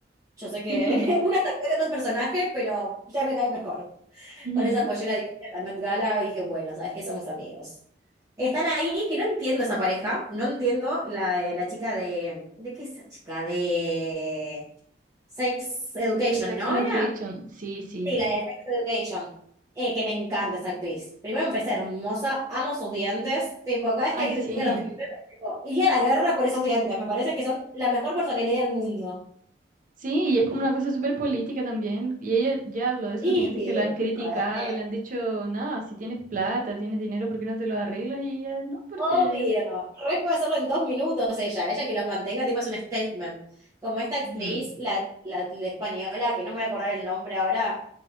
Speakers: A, on the right (about 20°); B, on the right (about 45°).
A: Yo sé que
B: <laughs>
A: <laughs> una es actor y otro es personaje, pero ya me cae mejor.
B: Ujú.
A: Con esa pollera divina en la Met Gala dije, bueno, ¿sabes qué? Somos amigos. Están ahí, que no entiendo esa pareja, no entiendo la de la chica de... ¿De qué es esa chica? De Sex Education,
B: The Sex
A: ¿no
B: Education,
A: era?
B: sí, sí.
A: Sí, la de Sex Education. Eh, que me encanta esa actriz. Primero empecé hermosa, amo sus dientes. Tipo, cada vez
B: Ay,
A: que alguien
B: sí.
A: le critica los dientes, tipo, iría a la guerra por esos dientes. Me parece que son la mejor personalidad del mundo.
B: Sí, y es como una cosa súper política también. Y ella ya habló de
A: Y...
B: sus dientes que la han criticado,
A: Re.
B: le han dicho, no, si tienes plata, tienes dinero, ¿por qué no te lo arreglas? Y ella, no, porque...
A: Obvio, re puede hacerlo en dos minutos ella, ella que los mantenga tipo es un statement. Como esta actriz,
B: Ujú.
A: la, la, la española, que no me voy a acordar el nombre ahora,